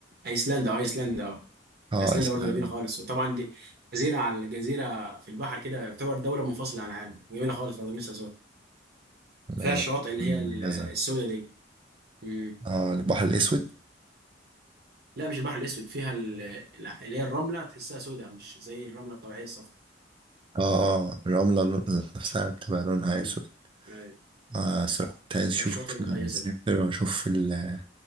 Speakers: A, on the right; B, on the right.
A: ايسلندا اه ايسلندا اه
B: اه
A: ايسلندا
B: إسبانيا
A: برضه جميله خالص وطبعا دي جزيره على الجزيره في البحر كده يعتبر دوله منفصله عن العالم جميله خالص برضه نفسي ازورها
B: مميزة
A: فيها الشواطئ اللي
B: مميزة
A: هي ال- السوداء دي مم.
B: اه البحر الأسود
A: لا مش البحر الاسود فيها ال- ال- اللي هي الرمله تحسها سوداء مش زي الرمله الطبيعيه الصفراء
B: اه اه الرملة لون- نفسها
A: ش-
B: بتبقى لونها
A: مم.
B: أسود
A: أيوة.
B: آه الصراحة كنت عايز أشوف
A: الشواطئ المميزه
B: أسافر
A: دي
B: وأشوف ال-